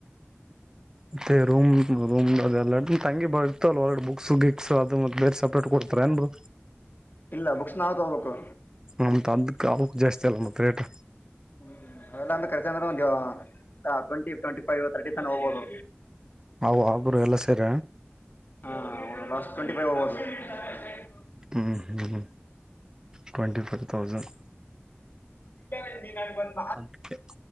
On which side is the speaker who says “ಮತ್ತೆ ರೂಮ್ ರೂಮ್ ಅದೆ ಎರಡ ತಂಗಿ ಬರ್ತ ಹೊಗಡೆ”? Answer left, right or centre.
Right